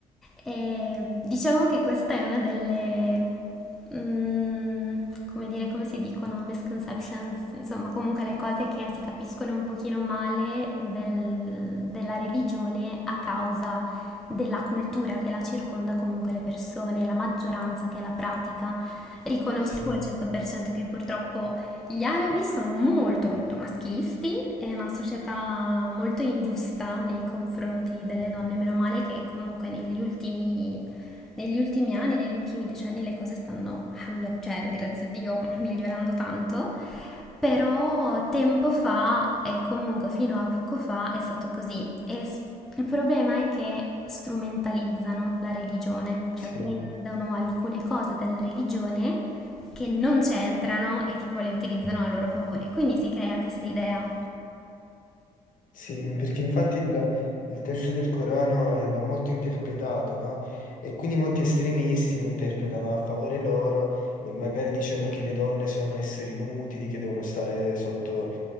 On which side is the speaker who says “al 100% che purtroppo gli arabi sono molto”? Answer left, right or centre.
Centre